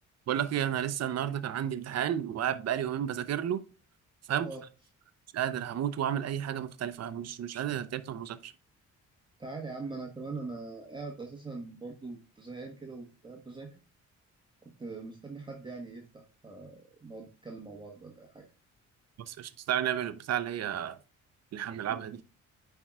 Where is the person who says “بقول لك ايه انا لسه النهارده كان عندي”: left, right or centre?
Right